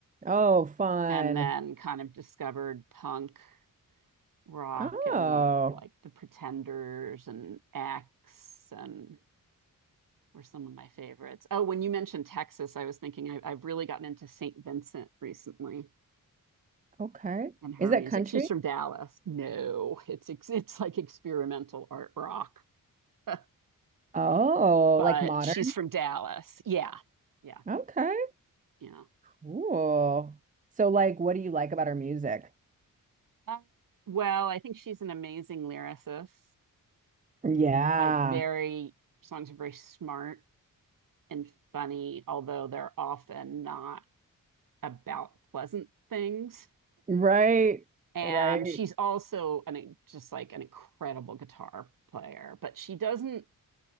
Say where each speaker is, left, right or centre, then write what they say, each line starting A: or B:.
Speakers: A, on the right; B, on the right.
A: Oh, fun.
B: And then kind of discovered punk rock
A: Oh,
B: and like the Pretenders and X and were some of my favorites. Oh, when you mentioned Texas, I was thinking I, I've really gotten into St. Vincent recently.
A: okay.
B: and her
A: Is that
B: music.
A: country?
B: She's from Dallas. No, it's it's like experimental art rock, <laughs>
A: Oh,
B: but
A: like modern?
B: she's from Dallas. Yeah, yeah,
A: Okay.
B: yeah.
A: Cool. So, like, what do you like about our music?
B: Uh, well, I think she's an amazing lyricist.
A: Yeah.
B: Like very songs are very smart and funny, although they're often not about pleasant things.
A: Right.
B: And
A: Right.
B: she's also an just like an incredible guitar player, but she doesn't